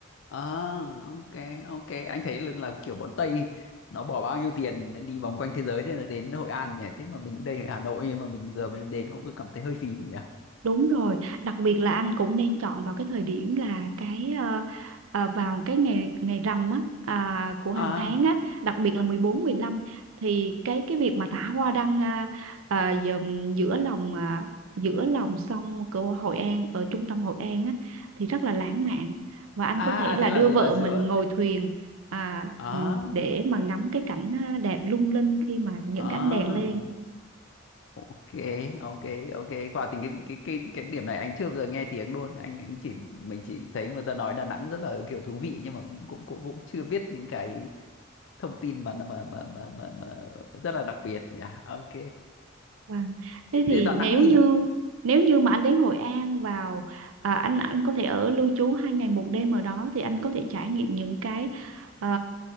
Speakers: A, on the left (about 60°); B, on the right (about 80°).
A: ờ ok ok anh thấy là, là kiểu bọn Tây nó bỏ bao nhiêu tiền đi vòng quanh thế giới để là đến Hội An nhỉ thế mà mình đây ở Hà Nội nhưng mà mình giờ mới đến cũng cứ cảm thấy hơi phí nhỉ
B: Đúng rồi, đặc biệt là anh cũng nên chọn vào cái thời điểm là cái ờ, ờ, vào cái ngày ngày rằm á à, của hàng
A: à
B: tháng á, đặc biệt là 14 15 thì cái cái việc mà thả hoa đăng à, à, giờ- giữa lòng à, giữa lòng sông của Hội An ở trung tâm Hội An á thì rất là lãng mạn và anh
A: à
B: có thể
A: à,
B: là
A: thế là
B: đưa
A: là
B: vợ
A: giữa
B: mình ngồi thuyền à,
A: à
B: ừ, để mà ngắm cái cảnh à, đẹp lung linh khi mà những
A: à
B: cái ánh đèn lên
A: ok ok ok quả tình cái cái cái cái điểm này anh chưa bao giờ nghe tiếng luôn anh anh chỉ mình chỉ thấy người ta nói Đà Nẵng rất là kiểu thú vị nhưng mà cũng cũng cũng, cũng chưa biết những cái thông tin mà mà mà mà, mà, mà rất là đặc biệt nhỉ ok
B: Vâng.
A: thế,
B: Thế thì
A: thế Đà Nẵng
B: nếu
A: thì
B: như nếu như mà anh đến Hội An vào à, anh anh có thể ở lưu trú hai ngày một đêm ở đó thì anh có thể trải nghiệm những cái ờ,